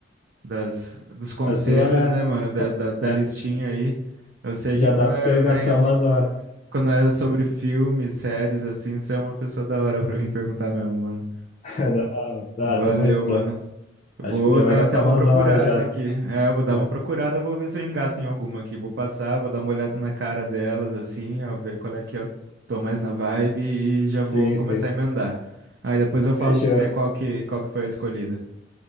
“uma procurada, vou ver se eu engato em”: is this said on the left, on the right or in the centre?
Right